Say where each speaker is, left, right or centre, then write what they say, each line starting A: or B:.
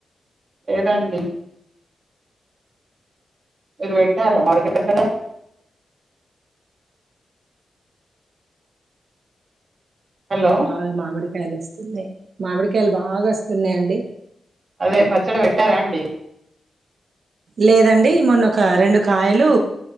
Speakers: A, on the right (about 50°); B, on the right (about 65°).
A: లేదండి మీరు పెట్టారా మామిడికాయ పచ్చడా హలో
B: బాగా మామిడికాయలు వస్తున్నాయి మామిడికాయలు బాగా వస్తున్నాయండి
A: అదే పచ్చడ పెట్టారా అండి
B: లేదండి మొన్న ఒక రెండు కాయలు